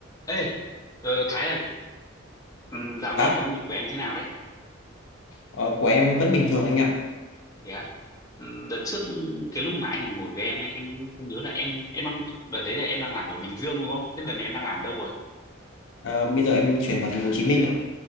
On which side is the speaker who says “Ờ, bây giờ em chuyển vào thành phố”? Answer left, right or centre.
Left